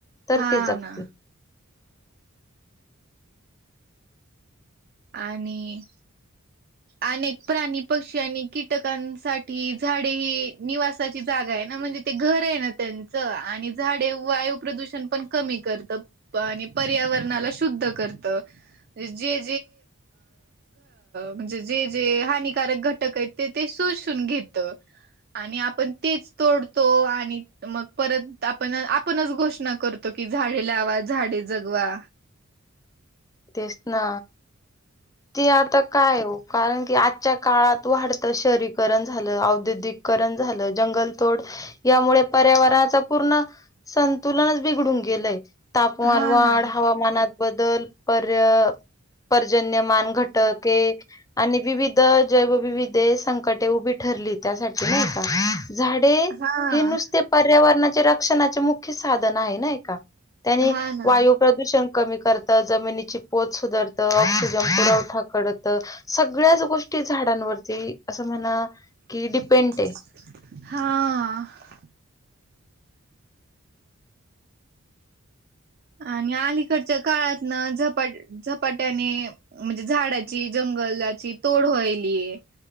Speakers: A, on the left; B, on the right.
A: तर
B: हा
A: ते जगते.
B: ना आणि अनेक प्राणी पक्षी आणि कीटकांसाठी झाडे ही निवासाची जागा आहे ना म्हणजे ते घर आहे ना त्यांचं आणि झाडे वायू प्रदूषण पण कमी करत आणि पर्यावरणाला शुद्ध करत जे म्हणजे घ जे जे हानिकारक घटक आहेत ते ते शॊसून घेत. आणि आपण तेच तोडतो आणि मग परत आपण आपणच घोषणा करतो कि झाडे लावा झाडे जगवा.
A: तेच ना ते आता काय हो कारण कि आजच्या काळात वाढतं शहरीकरण झालं औद्योगिककरण झालं जंगलतोड यामुळे पर्यावरणाचा पूर्ण संतुलनच बिघडून गेलंय. तापमान
B: हा
A: वाढ
B: ना.
A: हवामानात बदल पर पर्जन्यमान घटके आणि विविध जगविविधे संकटे उभी ठरली त्यासाठी नही का? झाडे,
B: हा.
A: हे नुसते पर्यावरणाचे शिक्षणाचे मुख्य साधन आहे नाही का? त्यांनी
B: हा ना.
A: वायू प्रदूषण कमी करत जमीनी ची पोत सुधारत, ऑक्सिजन पुरवठा करत, सगळ्याच गोष्टी झाडांवरती असं म्हणा
B: हा.
A: की डिपेंड आहे.
B: आणि अलीकड च्या काळात ना झपाट झपाट्याने म्हणजे झाडाची जंगलाची तोड व्हायलीये,